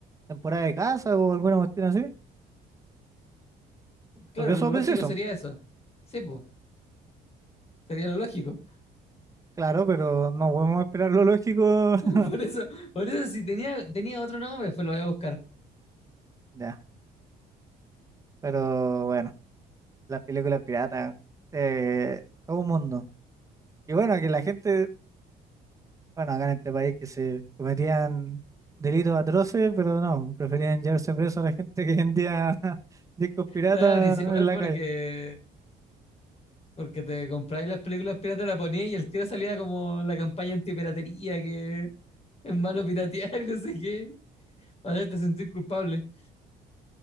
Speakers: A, on the right; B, on the left.
A: temporada de casa o alguna cuestión así?
B: Claro,
A: Porque
B: lo
A: eso
B: lógico
A: pensé son,
B: sería eso. Sí, pues, sería lo lógico.
A: claro, pero no podemos esperar lo lógico.
B: <laughs> Por
A: <laughs>
B: eso, por eso si tenía, tenía otro nombre, pues lo voy a buscar.
A: Ya, pero bueno, las películas piratas, eh, todo un mundo. Y bueno, que la gente, bueno, acá en este país que se cometían delitos atroces, pero no, preferían llevarse preso a la gente que vendía <laughs> discos piratas
B: Claro, y igual
A: en la
B: porque
A: calle.
B: Porque te compráis las películas piratas, la ponías y el tiro salía como la campaña antipiratería, que es malo piratear y no sé qué. Para hacerte sentir culpable.